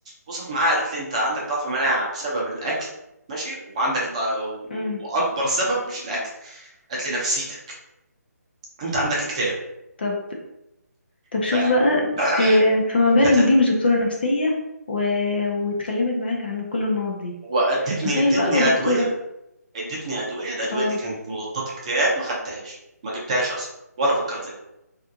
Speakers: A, on the right; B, on the left.
A: بصت معاها قالت لي انت عندك ضعف مناعه بسبب الاكل ماشي وعندك ضع... و-
B: امم
A: واكبر سبب مش الاكل قالت لي نفسيتك انت عندك اكتئاب
B: طب طب شوف
A: ف
B: بقى
A: <clears throat>
B: آه، فما بالك
A: كت-
B: دي مش دكتورة نفسية و... واتكلمت معاك عن كل النقط دي
A: وادتني
B: تخيل
A: ادتني
B: بقى لو دكتورة
A: ادويه ادتني ادويه الادويه
B: اه
A: دي كانت مضادات اكتئاب ما خدتهاش ما جبتهاش اصلا ولا فكرت